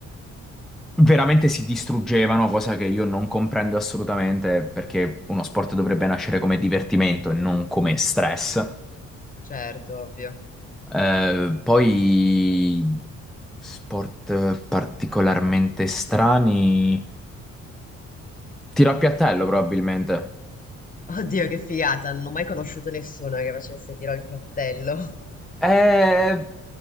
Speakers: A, in the centre; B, on the left.
A: veramente si distruggevano, cosa che io non comprendo assolutamente perché uno sport dovrebbe nascere come divertimento e non come stress.
B: certo, ovvio.
A: Eh, poi sport particolarmente strani. Tiro a piattello, probabilmente.
B: Oddio, che figata, non ho mai conosciuto nessuno che facesse tiro al piattello. <laughs>
A: Eh,